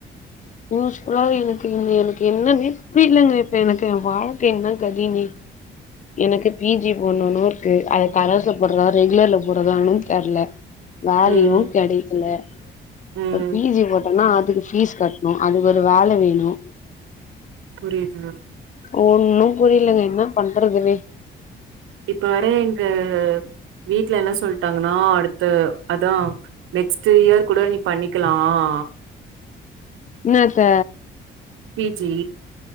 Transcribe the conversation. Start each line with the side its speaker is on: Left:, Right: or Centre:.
Left: யூஸ்ஃபுல்லா இருக்கு இங்க எனக்கு என்னென்னே புரியலங்க இப்ப எனக்கு இப்ப எனக்கு என் வாழ்க்க என்ன கதினே எனக்கு பி ஜி போடணுன்னு இருக்கு அத கரஸ்ல போடுறதா ரெகுலர்ல போறதான்னு தெரியல வேலையு
Right: ம்
Left: கெடைக்கல இப்ப
Right: ம்
Left: பி ஜி போட்டோம்னா அதுக்கு பீஸ் கட்ட அதுக்கு ஒரு வேல வேணு
Right: புரியுது
Left: ஒன்ணு புரியலங்க என்ன பண்றதுனே
Right: இப்ப வேற எங்க வீட்ல என்ன சொல்ட்டாங்கன்னா அடுத்த அதா நெக்ஸ்டு இயர் கூட நீ பண்ணிக்கலாம்
Left: இன்னாத்த
Right: பி ஜி